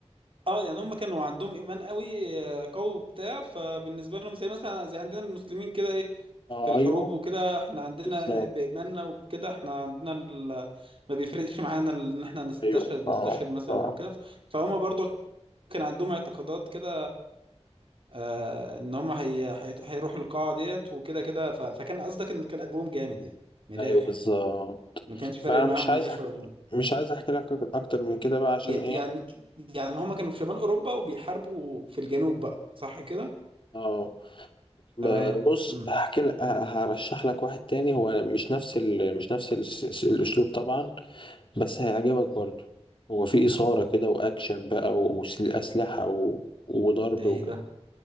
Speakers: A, on the right (about 55°); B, on the left (about 50°).
A: اه يعني هم كانوا عندهم ايمان قوي آه، قوي وبتاع فبالنسبه لهم زي مثلا زي عندنا المسلمين كده ايه
B: اه
A: في الحروب
B: أيوه
A: وكده احنا عندنا
B: بالظبط
A: بايماننا وبكده احنا عندنا ال... ما بيفرقش معانا ال- ان احنا نستشهد
B: أيوه
A: نستشهد
B: أه
A: مثلا
B: أه
A: او كده فهم برضو كان عندهم اعتقادات كده آه ان هم هي... هي... هيروحوا القاعه ديت وكده كده ف... فكان قصدك ان كان قلبهم جامد يعني من الاخر
B: أيوه بالظبط
A: ما كانش فارق
B: فأنا
A: معاهم
B: مش عايز
A: يعيشوا
B: أحكي مش عايز أحكي لك أكتر من كده بقى عشان
A: ي-
B: إيه
A: يعني يعني هما كانوا في شمال أوروبا وبيحاربوا في الجنوب بقى صح كده؟
B: أه ب-
A: تمام
B: بص
A: مم.
B: هحكي لك هرشح لك واحد تاني هو مش نفس ال... مش نفس ال- الأسلوب طبعا بس هيعجبك برضو هو في إثارة كده وأكشن بقى وأسلحة و... وضرب
A: ده
B: وكده
A: ايه ده؟